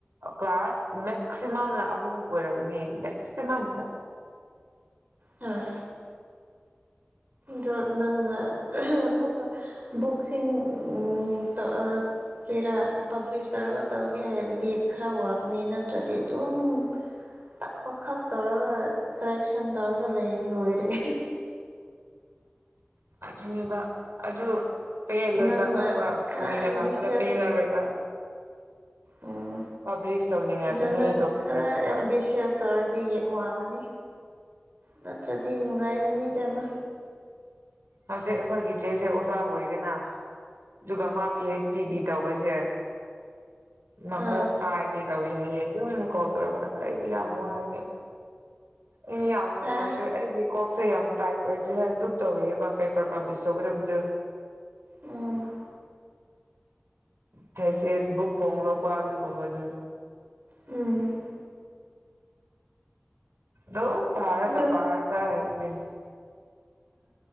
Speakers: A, on the right; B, on the right.
A: ꯀ꯭ꯂꯥꯁ ꯃꯦꯛꯁꯤꯃꯝꯅ ꯑꯍꯨꯝ ꯑꯣꯏꯔꯝꯒꯅꯤ ꯃꯦꯛꯁꯤꯃꯝꯗ
B: ꯍꯣꯢ ꯗꯣ ꯅꯪꯆ ꯑꯃꯨꯛꯀ ꯕꯨꯛꯁꯤꯡ ꯎꯝ ꯇꯥ ꯑꯥ ꯄꯦꯔꯥ ꯄꯕ꯭ꯂꯤꯁ ꯇꯧꯔꯒ ꯇꯧꯒꯦ ꯍꯥꯏꯔꯗꯤ ꯈꯔ ꯋꯥꯒꯅꯤ ꯅꯠꯇ꯭ꯔꯗꯤ ꯑꯗꯨꯝ ꯇꯥꯛꯄꯈꯛ ꯇꯧꯔꯒ ꯀꯔꯦꯛꯁꯟ ꯇꯧꯔꯒ ꯂꯩ ꯂꯣꯏꯔꯦ
A: ꯑꯗꯨꯅꯤꯕ ꯑꯗꯨ ꯄꯦꯜꯂꯣꯏꯕ
B: ꯅꯪꯅ
A: ꯈꯪꯕ꯭ꯔꯥ
B: ꯈꯔ
A: ꯀꯨꯏꯅ
B: ꯑꯦꯝꯕꯤꯁꯤꯌꯁ
A: ꯂꯥꯛꯄꯗ ꯄꯦꯜꯂꯔꯣꯏꯕ
B: ꯎꯝ
A: ꯄꯥꯕ꯭ꯂꯤꯁ ꯇꯧꯅꯤꯡꯉꯛꯀꯅꯤ
B: ꯑꯗꯨ ꯅꯪ
A: ꯗꯣꯛꯇꯔꯦꯠ
B: ꯈꯔ ꯑꯦꯝꯕꯤꯁ꯭ꯌꯁ ꯇꯧꯔꯗꯤ ꯋꯥꯒꯅꯤ ꯅꯠꯇ꯭ꯔꯗꯤ ꯅꯨꯡꯉꯥꯏꯒꯅꯤ ꯏꯕꯦꯝꯃ
A: ꯍꯧꯖꯤꯛ ꯑꯈꯣꯏꯒꯤ ꯏꯆꯦꯁꯦ ꯑꯣꯖꯥ ꯑꯣꯏꯔꯦꯅꯥ ꯑꯗꯨꯒ ꯃꯥ ꯄꯤ ꯍꯩꯁ ꯗꯤ ꯒꯤ ꯇꯧꯕꯁꯦ ꯃꯀꯣꯛ
B: ꯑꯥ
A: ꯀꯥꯏꯒꯦ ꯇꯧꯋꯤ ꯍꯥꯏꯌꯦ ꯑꯗꯨꯝ ꯀꯣꯜ ꯇꯧꯔꯛꯄꯗ ꯑꯩ ꯌꯥꯝ ꯋꯥꯢꯌꯦ ꯑꯩ ꯌꯥꯝ ꯅꯨꯡꯉꯥꯏꯇ꯭ꯔꯦ
B: ꯍꯥ
A: ꯑꯩꯒꯤ ꯀꯣꯛꯁꯦ ꯌꯥꯝ ꯇꯥꯏꯠ ꯑꯣꯏꯈ꯭ꯔꯦ ꯍꯥꯏꯅ ꯑꯗꯨꯝ ꯇꯧꯔꯛꯑꯕ ꯄꯦꯄꯔ ꯄꯥꯕ꯭ꯂꯤꯁ ꯇꯧꯒꯗꯕꯗꯨ
B: ꯎꯝ
A: ꯊꯦꯁꯤꯁ ꯕꯨꯛ ꯐꯣꯡꯗꯣꯛꯄ ꯑꯗꯨꯒꯨꯝꯕꯗꯨ
B: ꯎꯝ
A: ꯗꯨꯝ ꯄꯥꯔꯒ
B: ꯑꯗꯨ
A: ꯄꯥꯔꯒ <unintelligible>